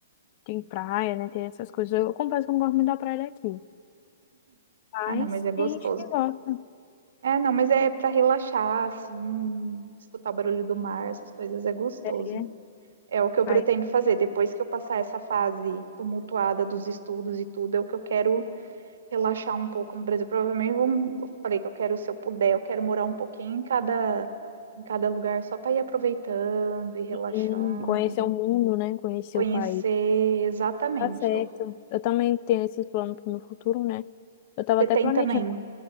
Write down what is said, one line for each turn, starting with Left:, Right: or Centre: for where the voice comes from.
Left: tem praia, né? Tem essas coisas. Eu confesso que eu não gosto muito da praia daqui. Mas
Right: Ah, não, mas é gostoso.
Left: tem gente que gosta,
Right: É, não, mas é para relaxar, assim, escutar o barulho do mar, essas coisas é gostoso.
Left: né?
Right: É o que eu
Left: Aí
Right: pretendo fazer. Depois que eu passar essa fase tumultuada dos estudos e tudo, é o que eu quero relaxar um pouco no Brasil. Provavelmente eu vou- eu falei que eu quero, se eu puder, eu quero morar um pouquinho em cada, em cada lugar, só para ir aproveitando e relaxando,
Left: sim, conhecer o mundo, né? Conhecer
Right: conhecer
Left: o país.
Right: exatamente.
Left: Tá certo.
Right: Eu-
Left: Eu também tenho esses planos pro meu futuro, né? Eu tava
Right: Você
Left: até
Right: tem
Left: planejando
Right: também.